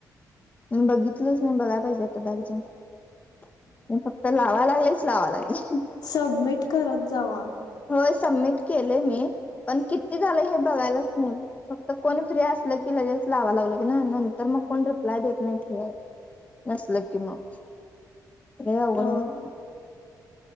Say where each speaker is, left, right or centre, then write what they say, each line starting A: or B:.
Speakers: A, on the left (about 20°); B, on the left (about 70°).
A: म बघितलंच नाही बघाला पाहिजे आता बॅक जाऊन फक्त. तर लावा लागलेच लावा लागले.
B: सबमिट करत जावा.
A: होय सबमिट केले मी पण किती झालं हे बघायलाच नाही. फक्त कोणी फ्री असल की लगेच लावं लागलं की नंतर मग कोण रिप्लाय देत नाही फ्री आहे. नसल कि मग हे अवघड
B: हो
A: म्हण